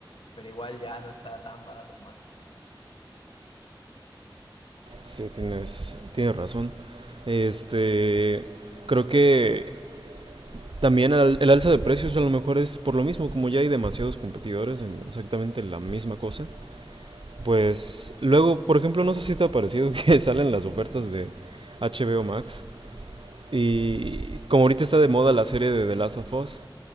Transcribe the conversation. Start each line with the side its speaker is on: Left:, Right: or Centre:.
Left: pero igual ya no está tan barato como antes.
Right: Sí, tienes, tienes razón. Este, creo que también el, el alza de precios a lo mejor es por lo mismo, como ya hay demasiados competidores en exactamente la misma cosa, Pues luego, por ejemplo, no sé si te ha parecido <laughs> que salen las ofertas de HBO Max y como ahorita está de moda la serie de The Last of Us,